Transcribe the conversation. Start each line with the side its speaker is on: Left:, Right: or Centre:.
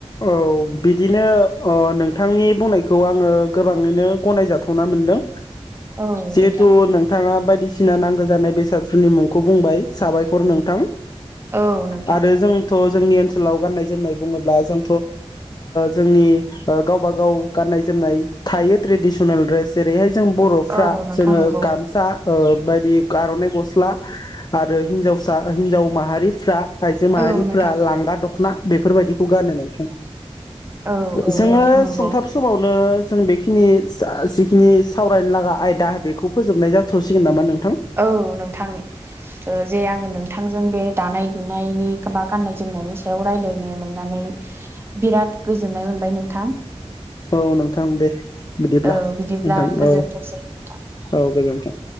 Left: औ बिदिनो नोंथांनि बुंनायखौ आङो गोबाङैनो गनाय जाथावना मोनदों।
Right: औ
Left: जिहेथु
Right: नोंथां
Left: नोंथाङा बायदिसिना नांगौ जानाय बेसाद फोरनि मुंखौ बुंबाय साबायखर नोंथां।
Right: औ नोंथां।
Left: आरो जोंथ' जोंनि ओनसोलाव गाननाय जोमनाय बुङोब्ला जों जोंनि गावबा गाव गाननाय जोमनाय थायो ट्रेडिसनेल द्रेस जेरैहाय जों बर'फ्रा
Right: औ नोंथां
Left: जोङो
Right: नंगौ
Left: गामसा बायदि आरनाइ गस्ला आरो हिन्जावसा हिन्जाव माहारिफ्रा आयजो माहारिफ्रा
Right: औ नोंथां
Left: लांगा दख'ना बेफोर बायदिखौ नोंथां।
Right: औ औ
Left: जोङो
Right: नोंथां नंगौ
Left: सुंथाब समावनो। जों बेखिनि जिखिनि सावरायनो लागा आयदा बेखौ फोजोबनाय जाथ'सिगोन नामा नों
Right: औ नोंथां जे आं नोंथांजों बे दानाय लुनायनि बा गाननाय जोमनायनि सायाव रायलायनो मोननानै बिराद गोजोननाय मोनबाय नोंथां।
Left: औ नोंथां दे बिदिब्ला
Right: औ बिदिब्ला
Left: नोंथां
Right: गोजोनथोंसै
Left: औ।
Right: नोंथां।
Left: औ गोजोन्थों।